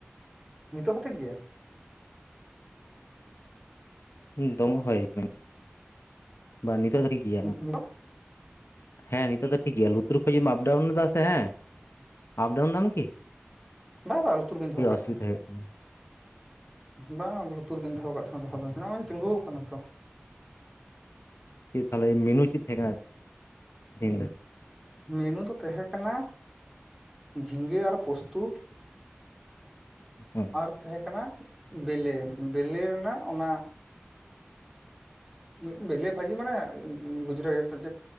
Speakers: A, in the centre; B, on the left (about 75°).
A: ᱱᱤᱛᱳᱜ ᱦᱚᱸ ᱴᱷᱤᱠ ᱜᱮᱭᱟ?
B: ᱫᱚᱢᱮ ᱦᱚᱭ ᱢᱮ ᱵᱟ ᱱᱤᱛᱚ ᱫᱚ ᱴᱷᱤᱠ ᱜᱮᱭᱟ᱾
A: ᱱᱤᱛᱚᱜ
B: ᱦᱮᱸ ᱱᱤᱛᱳᱜ ᱫᱚ ᱴᱷᱤᱠ ᱜᱮᱭᱟ ᱞᱩᱛᱩᱨ ᱠᱷᱚᱡᱮᱢ ᱟᱯᱰᱟᱣᱩᱱ ᱞᱮᱫ ᱫᱟ ᱥᱮ ᱦᱮᱸ ᱟᱯᱰᱟᱣᱩᱱ ᱫᱟᱢ ᱠᱤ?
A: ᱵᱟ ᱵᱟᱝ ᱞᱩᱛᱩᱨ ᱨᱮᱜᱮᱧ ᱫᱚᱦᱚᱶ ᱠᱟᱫ
B: ᱪᱤ ᱛᱮ ᱦᱩᱭᱩᱜ ᱠᱟᱱᱟ?
A: ᱵᱟᱝᱟ ᱞᱩᱛᱩᱨ ᱨᱤᱜᱤᱧ ᱫᱚᱦᱚᱣ ᱠᱟᱫ ᱛᱟᱦᱮᱱᱟ ᱫᱚᱦᱚ ᱫᱚ ᱱᱚᱜᱚᱧ ᱛᱤᱸᱜᱩᱣ ᱠᱟᱱᱟ ᱛᱚ᱾
B: ᱪᱮᱫ ᱛᱟᱦᱞᱮ ᱢᱮᱱᱩ ᱪᱮᱫ ᱛᱟᱦᱮᱸ ᱠᱟᱱᱟ ᱛᱮᱦᱮᱧ ᱫᱚ?
A: ᱢᱮᱱᱩ ᱫᱚ ᱛᱟᱦᱮᱸ ᱠᱟᱱᱟ ᱡᱷᱤᱸᱜᱟᱹ ᱟᱨ ᱯᱳᱥᱛᱩ
B: ᱦᱩᱸ
A: ᱟᱨ ᱛᱟᱦᱮᱸ ᱠᱟᱱᱟ ᱵᱮᱞᱮ ᱵᱮᱞᱮ ᱨᱮᱱᱟᱜ ᱚᱱᱟ ᱢᱤᱫ ᱵᱮᱞᱮ ᱵᱷᱟᱡᱤ ᱢᱟᱱᱮ ᱜᱩᱡᱽᱨᱟ. ᱪᱮᱫ